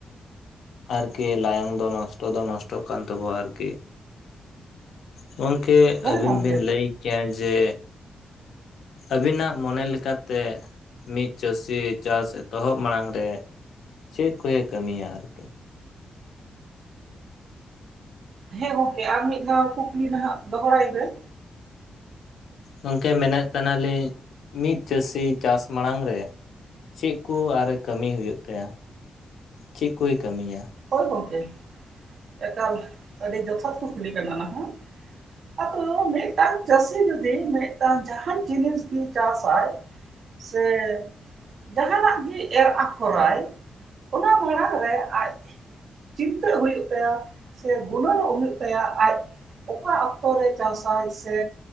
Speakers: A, on the left (about 80°); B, on the right (about 60°).
A: ᱟᱨᱠᱤ ᱞᱟᱭᱚᱝ ᱫᱚ ᱱᱚᱥᱴᱚ ᱫᱚ ᱱᱚᱥᱴᱚᱜ ᱠᱟᱱ ᱛᱟᱵᱚᱣᱟ ᱟᱨᱠᱤ ᱜᱚᱝᱠᱮ
B: ᱦᱳᱭ
A: ᱟᱹᱵᱤᱱ
B: ᱜᱚᱢᱠᱮ
A: ᱵᱤᱱ ᱞᱟᱹᱭ ᱠᱮᱭᱟ ᱡᱮ ᱟᱹᱵᱤᱱᱟᱜ ᱢᱚᱱᱮ ᱞᱮᱠᱟᱛᱮ ᱢᱤᱫ ᱪᱟᱹᱥᱤ ᱪᱟᱥ ᱮᱛᱚᱦᱚᱵ ᱢᱟᱲᱟᱝ ᱨᱮ ᱪᱮᱫ ᱠᱚᱭᱮ ᱠᱟᱹᱢᱤᱭᱟ ᱟᱨᱠᱤ
B: ᱦᱮᱸ ᱜᱚᱝᱠᱮ ᱟᱨ ᱢᱤᱫ ᱫᱷᱟᱣ ᱠᱩᱠᱞᱤ ᱱᱟᱦᱟᱜ ᱫᱚᱦᱲᱟᱭ ᱵᱮᱱ
A: ᱜᱚᱝᱠᱮ ᱢᱮᱱᱮᱫ ᱛᱟᱦᱮᱱᱟ. ᱞᱤᱧ ᱢᱤᱫ ᱪᱟᱹᱥᱤ ᱪᱟᱥ ᱢᱟᱲᱟᱝ ᱨᱮ ᱪᱮᱫ ᱠᱚ ᱟᱨᱮ ᱠᱟᱹᱢᱤ ᱦᱩᱭᱩᱜ ᱛᱟᱭᱟ, ᱪᱮᱫ ᱠᱚᱭ ᱠᱟᱹᱢᱤᱭᱟ?
B: ᱦᱚᱭ ᱜᱚᱝᱠᱮ ᱮᱠᱟᱞ ᱟᱹᱰᱤ ᱡᱚᱛᱷᱟᱛ ᱠᱩᱠᱞᱤ ᱠᱟᱱᱟ ᱚᱱᱟ ᱦᱚᱸ ᱟᱫᱚ ᱢᱤᱫᱴᱟᱝ ᱪᱟᱹᱥᱤ ᱡᱩᱫᱤ ᱢᱤᱫᱴᱟᱝ ᱡᱟᱦᱟᱱ ᱡᱤᱱᱤᱥ ᱜᱮ ᱪᱟᱥᱟᱭ ᱥᱮ ᱡᱟᱦᱟᱸᱱᱟᱜ ᱜᱮ ᱮᱨ ᱟᱯᱷᱚᱨᱟᱭ ᱚᱱᱟ ᱢᱟᱲᱟᱝ ᱨᱮ ᱟᱡ ᱪᱤᱱᱛᱟᱹᱜ ᱦᱩᱭᱩᱜ ᱛᱟᱭᱟ ᱥᱮ ᱜᱩᱱᱟᱹᱱᱚᱜ ᱦᱩᱭᱩᱜ ᱛᱟᱭᱟ ᱟᱡ ᱚᱠᱟ ᱚᱠᱛᱚ ᱨᱮ ᱪᱟᱥᱟᱭ ᱥᱮ